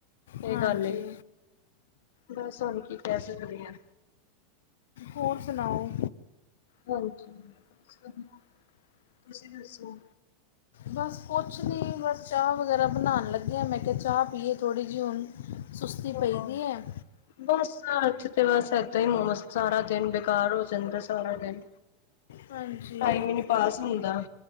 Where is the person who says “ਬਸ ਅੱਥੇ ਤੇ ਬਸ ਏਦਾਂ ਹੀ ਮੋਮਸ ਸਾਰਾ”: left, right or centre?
Left